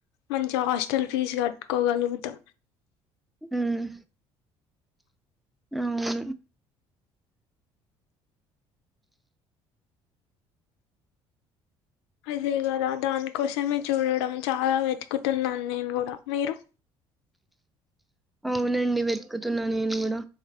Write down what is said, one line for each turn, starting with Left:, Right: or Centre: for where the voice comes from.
Left: మంచిగా హాస్టల్ ఫీజ్ కట్టుకోగలు అవుద్దా
Centre: ఉహ్మ్ అవును
Left: అదే గదా. దానికోసమే చూడడం, చాలా వెతుకుతున్నాన్, నేన్ గూడా. మీరు?
Centre: అవునండి. వెతుకుతున్నా నేను గూడా.